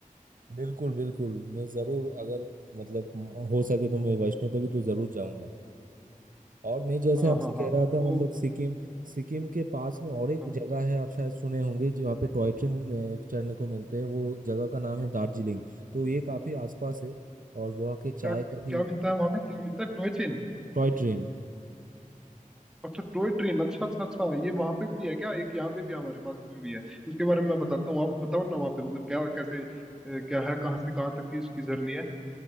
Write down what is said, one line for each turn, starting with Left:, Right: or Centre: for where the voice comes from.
Right: बिल्कुल बिल्कुल मैं ज़रूर अगर मतलब हो सके तो मैं वैष्णो देवी तो ज़रूर जाऊंगा और मैं जैसे
Centre: हाँ
Right: आपसे
Centre: हाँ
Right: कह
Centre: हाँ
Right: रहा था
Centre: वो
Right: मतलब सिक्किम सिक्किम के पास में और एक
Centre: हाँ
Right: जगह है आप शायद सुने होंगे जो वहाँ पे टॉय ट्रेन अ, चढ़ने को मिलते हैं वो जगह का नाम है दार्जिलिंग तो ये काफ़ी आसपास है और वहाँ के चाय
Centre: क्या
Right: काफ़ी
Centre: क्या मिलता है वहां पे क्या मिलता है Toy train
Right: Toy train
Centre: अच्छा टॉय ट्रेन अच्छा अच्छा अच्छा ये वहां पे भी है क्या एक यहाँ पे भी है, हमारे पास में भी है उसके बारे में मैं बताता हूँ आप बताओ ना वहाँ पे मतलब क्या कैसे अ, क्या है कहाँ से कहाँ तक की इसकी जर्नी है